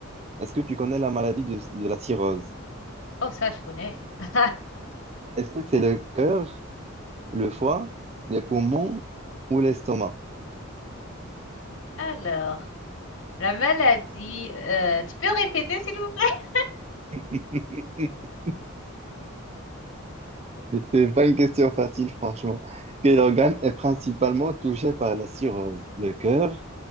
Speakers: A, on the right; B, on the left.
A: Est-ce que tu connais la maladie de, de la cirrhose?
B: Oh, ça, je connais. <laughs>
A: Est-ce que c'est le cœur, le foie, les poumons ou l'estomac?
B: Alors, la maladie, euh, tu peux répéter, s'il vous plaît?
A: <laughs> C'est pas une question facile, franchement. Quel organe est principalement touché par la cirrhose? Le cœur,